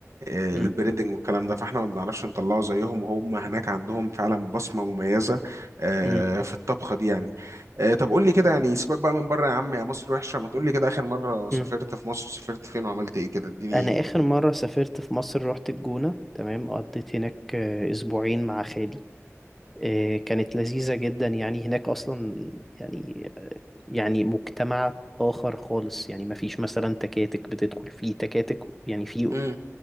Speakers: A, on the right (about 75°); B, in the centre.
A: آه، البريدنج
B: أم،
A: والكلام ده فاحنا ما بنعرفش نطلعه زيهم وهم هناك عندهم فعلا بصمة مميزة آه،
B: أم،
A: في الطبخة دي يعني آه، طب قول لي كده يعني سيبك بقى من بره يا عم يا مصر وحشة ما تقول لي كده آخر مرة سافرت
B: أم.
A: في مصر سافرت فين وعملت ايه كده اديني
B: انا اخر مرة سافرت في مصر رحت الجونة تمام قضيت هناك آه، اسبوعين مع خالي آه، كانت لذيذة جدا يعني هناك اصلا يعني يعني مجتمع آخر خالص يعني مفيش مثلا تكاتك بتدخل فيه تكاتك يعني في
A: امم